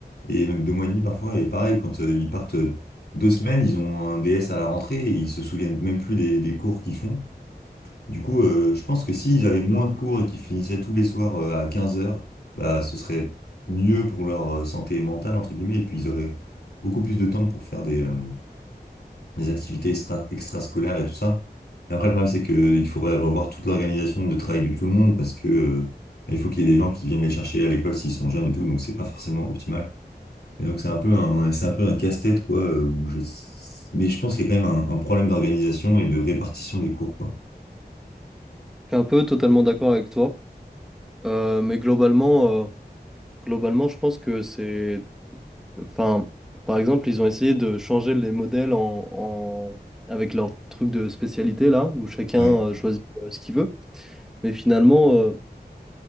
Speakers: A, on the left; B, in the centre.
A: Et même deux mois et demi parfois. Et pareil, quand euh, ils partent euh, deux semaines, ils ont un DS à la rentrée et ils se souviennent même plus des, des cours qu'ils font. Du coup, euh, je pense que s'ils avaient moins de cours et qu'ils finissaient tous les soirs euh, à 15 heures bah, ce serait mieux pour leur euh, santé mentale, entre guillemets, et puis ils auraient beaucoup plus de temps pour faire des, euh, les activités extra extrascolaires et tout ça. Et après, le problème, c'est que il faudrait revoir toute l'organisation de travail de tout le monde parce que euh, il faut qu'il y ait des gens qui viennent les chercher à l'école s'ils sont jeunes et tout, donc c'est pas forcément optimal. Et donc c'est un peu un, c'est un peu un casse-tête quoi. euh, Où je... Mais je pense qu'il y a quand même un, un problème d'organisation et de répartition des cours quoi.
B: je suis un peu totalement d'accord avec toi. Euh, mais globalement, euh, globalement, je pense que c'est... Enfin, par exemple, ils ont essayé de changer les modèles en, en- avec leur truc de spécialité, là, où chacun
A: Ouais.
B: euh, choisit euh, ce qu'il veut. Mais finalement, euh,